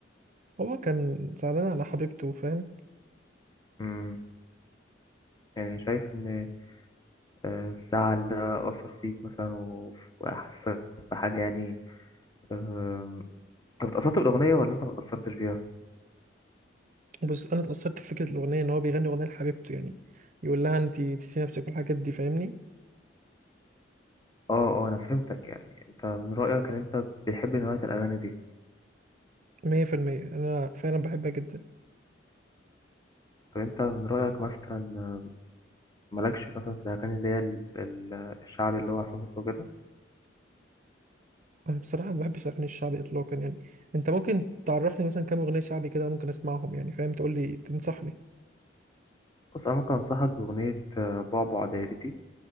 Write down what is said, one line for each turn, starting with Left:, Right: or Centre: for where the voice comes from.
Right: هو كان زعلان على حبيبته فاهم
Left: دي؟ يعني شايف إن آه، الزعل ده أثر فيك مثلا و- وأحسسك بحاجة يعني آم، أنت اتأثرت بالأغنية ولا أنت متأثرتش بيها؟
Right: بس انا اتاثرت بفكره الاغنيه ان هو بيغني اغنيه لحبيبته يعني يقول لها انت في نفسك والحاجات دي فاهمني
Left: أه أه أنا فهمتك يعني أنت من رأيك إن أنت بتحب نوعية الأغاني دي
Right: 100% انا فعلا بحبها جدا
Left: طب أنت من رأيك مثلا آه، مالكش مثلا في الأغاني اللي هي ال- ال- الشعبي اللي هو عصام صاصا وكده
Right: انا بصراحه ما بحبش الاغاني الشعبي اطلاقا يعني انت ممكن تعرفني مثلا كام اغنيه شعبي كده ممكن اسمعهم يعني فاهم تقول لي تنصحني
Left: بص أنا ممكن أنصحك بأغنية آه، بعبع دايرتي